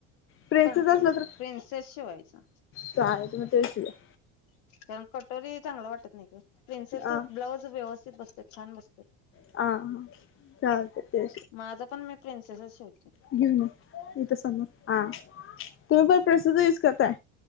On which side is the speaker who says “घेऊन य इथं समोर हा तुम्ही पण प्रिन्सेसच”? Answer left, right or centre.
Left